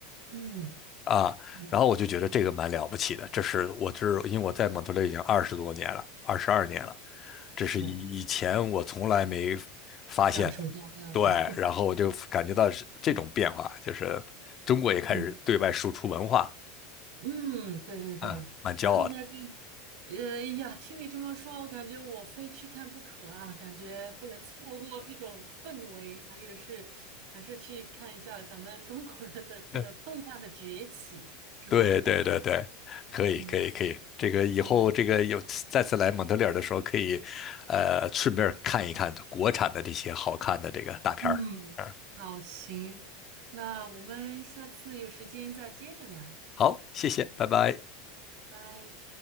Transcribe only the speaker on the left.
啊。
然后我就觉得这个蛮了不起的，这是我这是因为我在蒙特利尔已经二十多年了，二十二年了，这是以以前我从来没
发现的。
对，
然后我就感觉到是这种变化，就是中国也开始对外输出文化，
嗯，蛮骄傲的。
<laughs>
对对对对，
可以可以可以，
这个以后这个有再次来蒙特利尔的时候，
可以，呃，顺便看一看国产的这些好看的这个大片儿。
嗯，
好，谢谢，拜拜。